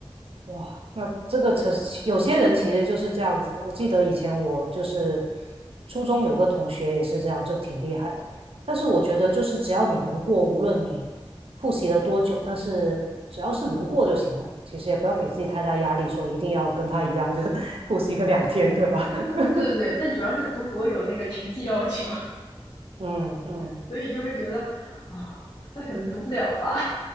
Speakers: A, on the right (about 70°); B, on the left (about 70°).
A: 哇，那这个车有些人其实就是这样子的。我记得以前我就是初中有个同学也是这样，就挺厉害的。但是我觉得就是只要你能过，无论你复习了多久，但是只要是能过就行了。其实也不要给自己太大压力，说一定要跟他一样，就 <laughs> 复习个两天，对吧？<laughs>
B: 对对对，但主要是读博有那个成绩要求，
A: 嗯嗯
B: <laughs> 所以就会觉得啊、那可能读不了吧，